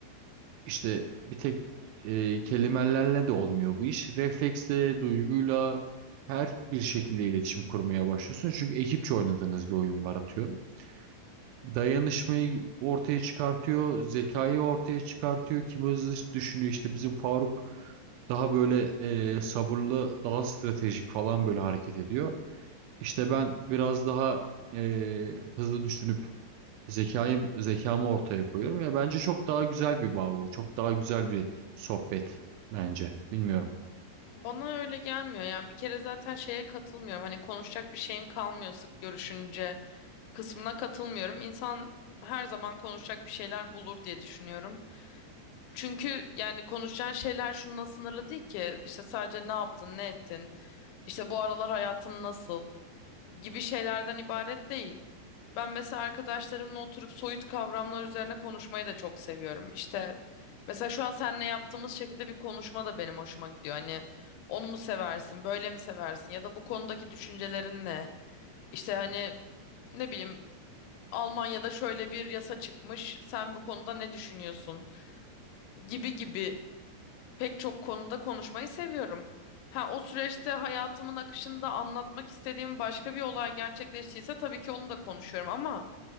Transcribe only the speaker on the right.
İşte bir tek e, kelimelerle de olmuyor bu iş. Refleksle, duyguyla her bir şekilde iletişim kurmaya başlıyorsun. Çünkü ekipçe oynadığınız bir oyun var atıyorum. Dayanışmayı ortaya çıkartıyor, zekayı ortaya çıkartıyor. Kim hızlı düşünüyor işte bizim Faruk daha böyle e, sabırlı, daha stratejik falan böyle hareket ediyor. İşte ben biraz daha e, hızlı düşünüp Zekayı, zekamı ortaya koyuyorum. Ya bence çok daha güzel bir bağ bu. Çok daha güzel bir sohbet bence. Bilmiyorum.